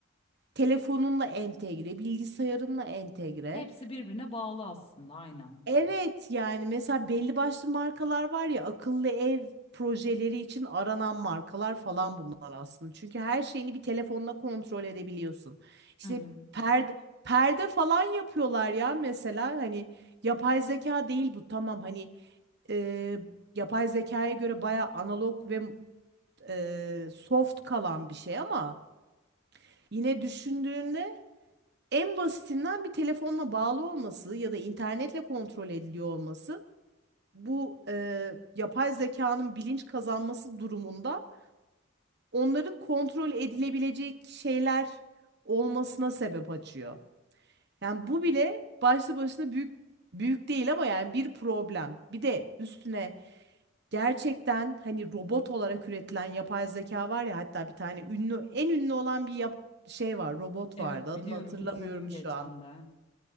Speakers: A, on the right; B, on the left.
A: telefonunla entegre, bilgisayarınla entegre.
B: Hepsi birbirine bağlı aslında aynen.
A: Evet yani mesela belli başlı markalar var ya akıllı ev projeleri için aranan markalar falan bunlar aslında. Çünkü her şeyini bir telefonla kontrol edebiliyorsun. İşte
B: Hı hı.
A: perde perde falan yapıyorlar ya mesela hani yapay zeka değil bu tamam hani e, yapay zekaya göre baya analog ve e, soft kalan bir şey ama yine düşündüğünde en basitinden bir telefonla bağlı olması ya da internetle kontrol ediliyor olması bu e, yapay zekanın bilinç kazanması durumunda onların kontrol edilebilecek şeyler olmasına sebep açıyor. Yani bu bile başlı başına büyük büyük değil ama yani bir problem. Bir de üstüne gerçekten hani robot olarak üretilen yapay zeka var ya hatta bir tane ünlü en ünlü olan bir yap şey var robot
B: Evet
A: vardı adını
B: biliyorum
A: hatırlamıyorum
B: izledim geçen
A: şu an.
B: de.